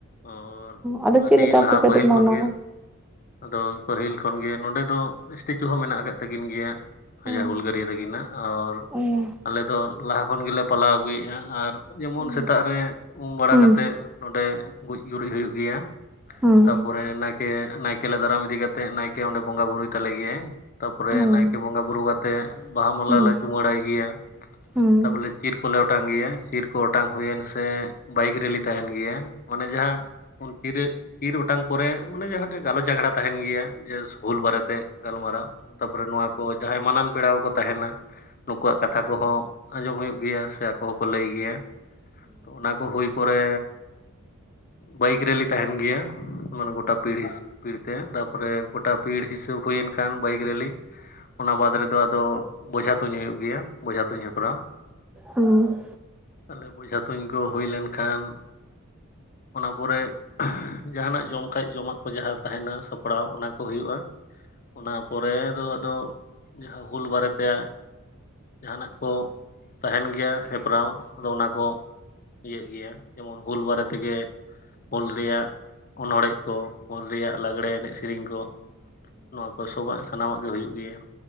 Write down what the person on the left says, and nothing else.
ᱚᱨ
ᱟᱹᱰᱤ
ᱞᱟᱦᱟ
ᱯᱟᱹᱦᱤᱞ ᱠᱷᱚᱱ
ᱜᱮ᱾ ᱟᱫᱚ ᱯᱟᱹᱦᱤᱞ ᱠᱷᱚᱱ ᱜᱮ ᱱᱚᱸᱰᱮ ᱫᱚ ᱥᱴᱮᱪᱩ ᱦᱚᱸ ᱢᱮᱱᱟᱜ ᱠᱟᱫ ᱛᱟᱹᱠᱤᱱ ᱜᱮᱭᱟ᱾
ᱦᱩᱞᱜᱟ. ᱨᱤᱭᱟ. ᱛᱟ. ᱠᱤᱱᱟᱜ ᱚᱨᱼᱼ
ᱟᱞᱮ ᱫᱚ ᱞᱟᱦᱟ ᱠᱷᱚᱱ ᱜᱮᱞᱮ ᱯᱟᱞᱟᱣ ᱟᱜᱩᱭᱜᱼᱟ ᱟᱨᱼᱼ ᱡᱮᱢᱚᱱ
ᱥᱮᱛᱟᱜ ᱨᱮ ᱩᱢ ᱵᱟᱲᱟ
ᱠᱟᱛᱮ ᱚᱸᱰᱮ ᱜᱩᱡ ᱜᱩᱨᱤᱡ ᱦᱩᱭᱩᱜ ᱜᱮᱭᱟ᱾
ᱯᱚᱨᱮ ᱱᱟᱭᱠᱮ ᱱᱟᱭᱠᱮ ᱞᱮ ᱫᱟᱨᱟᱢ ᱤᱫᱤ ᱠᱟᱛᱮᱼᱼ ᱱᱟᱭᱠᱮ ᱚᱸᱰᱮ ᱵᱚᱸᱜᱟ ᱵᱩᱨᱩᱭ ᱛᱟᱞᱮ ᱜᱮᱭᱟᱭ ᱛᱟᱯᱚᱨᱮ
ᱱᱟᱭᱠᱮ ᱵᱚᱸᱜᱟ ᱵᱩᱨᱩ ᱠᱟᱛᱮᱼᱼ ᱵᱟᱦᱟ ᱢᱟᱞᱟ
ᱞᱮ ᱪᱩᱢᱟᱹᱲᱟᱭ ᱜᱮᱭᱟ
ᱛᱟᱯᱚᱞᱮ ᱪᱤᱨ ᱠᱚᱞᱮ ᱚᱴᱟᱝ ᱜᱮᱭᱟ ᱪᱤᱨᱼᱼ ᱠᱚ ᱚᱴᱟᱝ ᱦᱩᱭᱮᱱ ᱥᱮ ᱵᱟᱭᱤᱠ ᱨᱮᱞᱤ ᱛᱟᱸᱦᱮᱱ ᱜᱮᱭᱟ ᱚᱱᱮ ᱡᱟᱦᱟᱸ ᱩᱱ ᱪᱤᱨᱟᱹᱼᱼ ᱪᱤᱨ ᱚᱴᱟᱝ ᱯᱚᱨᱮ ᱚᱱᱮ ᱡᱟᱦᱟᱸᱴᱮᱡ ᱜᱟᱞᱚᱪ ᱟᱠᱷᱲᱟ ᱛᱟᱸᱦᱮᱱ ᱜᱮᱭᱟ ᱡᱮ ᱦᱩᱞ ᱵᱟᱨᱮ ᱛᱮ ᱜᱟᱞᱢᱟᱨᱟᱣ᱾ ᱛᱟᱯᱚᱨᱮ ᱱᱚᱣᱟ ᱠᱚ ᱡᱟᱦᱟᱸᱭ ᱢᱟᱱᱟᱱ ᱯᱮᱲᱟ ᱠᱚᱠᱚ ᱛᱟᱦᱮᱱᱟ, ᱱᱩᱠᱩᱣᱟᱜ ᱠᱟᱛᱷᱟ ᱠᱚᱦᱚᱸ ᱟᱸᱡᱚᱢ ᱦᱩᱭᱩᱜ ᱜᱮᱭᱟ ᱥᱮ ᱟᱠᱚ ᱦᱚᱸᱠᱚ ᱞᱟᱹᱭ ᱜᱮᱭᱟ᱾ ᱱᱚᱜᱱᱟ ᱠᱚ ᱦᱩᱭ ᱯᱚᱨᱮ ᱵᱟᱭᱤᱠ ᱨᱮᱞᱤ ᱛᱟᱸᱦᱮᱱ ᱜᱮᱭᱟ᱾ ᱜᱚᱴᱟ ᱯᱤᱲᱦᱤᱥ ᱯᱤᱲ ᱛᱮ ᱛᱟᱯᱚᱨᱮ ᱜᱚᱴᱟ ᱯᱤᱲ ᱦᱤᱥᱟᱹᱵᱽ ᱦᱩᱭᱮᱱ ᱠᱷᱟᱱ ᱵᱟᱭᱤᱠ ᱨᱮᱞᱤ ᱼᱼ ᱚᱱᱟ ᱵᱟᱫ ᱨᱮᱫᱚ ᱟᱫᱚ ᱵᱚᱡᱷᱟ ᱛᱩᱧ ᱦᱩᱭᱩᱜ ᱜᱮᱭᱟ ᱵᱚᱡᱷᱟ ᱛᱩᱧ ᱦᱮᱯᱨᱟᱣ,
ᱛᱟᱞᱦᱮ ᱵᱚᱡᱷᱟ ᱛᱩᱧ ᱠᱚ ᱦᱩᱭ ᱞᱮᱱ ᱠᱷᱟᱱ ᱼᱼ ᱚᱱᱟ ᱯᱚᱨᱮ ᱡᱟᱦᱟᱸᱱᱟᱜ ᱡᱚᱢ ᱠᱷᱟᱡ ᱡᱚᱢᱟᱜ ᱠᱚ ᱡᱟᱦᱟᱸ ᱛᱟᱦᱮᱱᱟ ᱼᱼ ᱥᱟᱯᱲᱟᱣ ᱚᱱᱟ ᱠᱚ ᱦᱩᱭᱩᱜᱼᱟ ᱚᱱᱟ ᱯᱚᱨᱮ ᱫᱚ ᱟᱫᱚᱼᱼ ᱡᱟᱦᱟᱸ ᱦᱩᱞ ᱵᱟᱨᱮ ᱛᱮ ᱡᱟᱦᱟᱸᱱᱟᱜ ᱠᱚ ᱛᱟᱸᱦᱮᱱ ᱜᱮᱭᱟ ᱦᱮᱯᱨᱟᱣ᱾ ᱟᱫᱚ ᱚᱱᱟ ᱠᱚ ᱤᱭᱟᱹᱜ ᱜᱮᱭᱟ ᱡᱮᱢᱚᱱ ᱦᱩᱞ ᱵᱟᱨᱮ ᱛᱮᱜᱮ ᱦᱩᱞ ᱨᱮᱭᱟᱜᱼᱼ ᱚᱱᱚᱲᱦᱮᱜ ᱠᱚ, ᱚᱞ ᱨᱮᱭᱟᱜ ᱞᱟᱜᱽᱲᱮ ᱮᱱᱮᱡ ᱥᱮᱨᱮᱧ ᱠᱚ ᱱᱚᱣᱟ ᱠᱚ ᱥᱚᱵᱟᱜ ᱥᱟᱱᱟᱢᱟᱜ ᱜᱮ ᱦᱩᱭᱩᱜ ᱜᱮᱭᱟ᱾